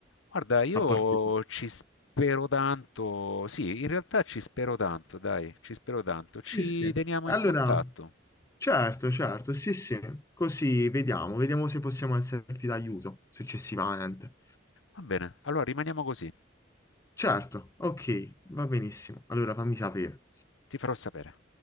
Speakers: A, on the left; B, on the left.
A: Guarda, io
B: a parte tutto.
A: ci spero tanto, sì, in realtà ci spero tanto, dai, ci spero tanto,
B: Sì,
A: ci
B: sì.
A: teniamo
B: Allora,
A: in contatto.
B: certo, certo, sì, sì. Così vediamo, vediamo se possiamo esserti d'aiuto successivamente.
A: Va bene, allora rimaniamo così.
B: Certo, ok, va benissimo. Allora fammi sapere.
A: Ti farò sapere.